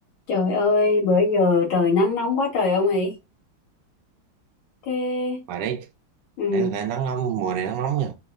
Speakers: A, on the left; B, on the right.
A: Trời ơi, bữa giờ trời nắng nóng quá trời ông ấy. Thế
B: ngoài đấy
A: ừ,
B: ở đấy có thể nắng nóng mùa này nắng nóng nha